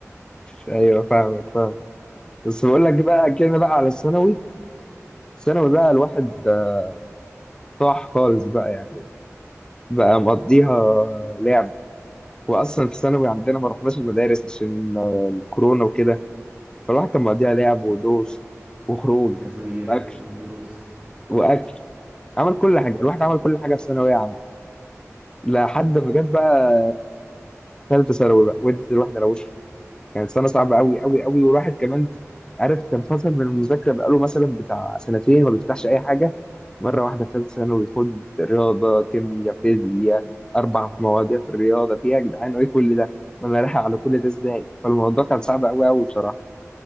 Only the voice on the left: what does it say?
ايوه فاهمك فاهمك بس بقول لك بقى كده بقى على الثانوي الثانوي بقى الواحد آه، طاح خالص بقى يعني بقى مقضيها لعب واصلا في الثانوي عندنا ما رحناش المدارس عشان آه، الكورونا وكده فالواحد كان مقضيها لعب ودوس وخروج
واكل
واكل عمل كل حاجه الواحد عمل كل حاجه في ثانويه عامه لحد ما جت بقى ثالثه ثانوي بقى وانت الواحد روشه كانت سنه صعبه قوي قوي قوي والواحد كمان عارف كان فاصل من المذاكره بقاله مثلا بتاع سنتين ما بيفتحش اي حاجه مره واحده في ثالثه ثانوي خد رياضه كيمياء فيزياء اربع مواضيع في الرياضه فيها يا جدعان ايه كل ده وانا رايح على كل ده ازاي فالموضوع كان صعب قوي قوي بصراحه